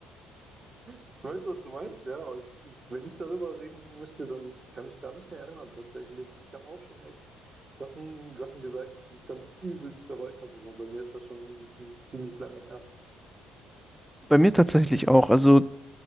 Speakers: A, on the right; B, in the centre.
A: Ich weiß, was du meinst, ja, aber ich, ich, wenn ich darüber reden müsste, dann ich kann mich gar nicht mehr erinnern, tatsächlich. Ich habe auch schon echt Sachen, Sachen gesagt, die ich dann übelst bereut habe, aber bei mir ist das schon ziemlich lange her.
B: Bei mir tatsächlich auch. Also